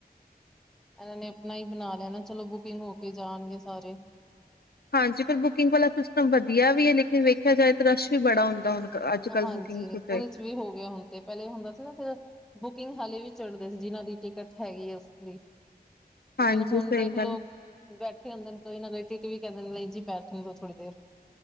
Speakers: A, in the centre; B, on the left (about 75°).
A: ਉਹਨੇ ਇੰਨਾ ਹੀ ਬਣਾ ਲੈਣਾ, ਚਲੋ ਬੁਕਿੰਗ ਹੋ ਕੇ ਜਾਣਗੇ ਸਾਰੇ।
B: ਹਾਂਜੀ, ਫਿਰ ਬੁਕਿੰਗ ਵਾਲਾ ਸਿਸਟਮ ਵਧੀਆ ਵੀ ਏ, ਲੇਕਿਨ ਦੇਖਿਆ ਜਾਏ, ਰਸ਼ ਵੀ ਵੱਡਾ ਹੁੰਦਾ ਹੁਣ। ਅੱਜਕੱਲ੍ਹ
A: ਹਾਂਜੀ।
B: ਬੁਕਿੰਗ ਸੀਟ
A: ਉਹਦੇ
B: ਏ।
A: ਚ ਵੀ ਹੋ ਗਿਆ ਹੁਣ ਤਾਂ, ਪਹਿਲਾਂ ਹੁੰਦਾ ਸੀ ਨਾ ਫੇਰ। ਬੁਕਿੰਗ ਹਾਲੇ ਵੀ ਚੜ੍ਹਦੇ ਨੇ, ਜਿਨ੍ਹਾਂ ਦੀ ਟਿਕਟ ਹੈਗੀ ਹੈ, ਉਸਦੀ। ਲੇਕਿਨ
B: ਹਾਂਜੀ
A: ਹੁਨ
B: ਸਹੀ
A: ਦੇਖ ਲਓ।
B: ਗੱਲ,
A: ਬੈਠੇ ਹੁੰਦੇ ਨੇ, ਕੋਈ ਨਾ ਕੋਈ ਟੀਟੀ ਵੀ ਕਹਿੰਦੇ ਨੇ, ਜੀ ਬੈਠੇ ਰਹੋ ਥੋੜ੍ਹੀ ਦੇਰ।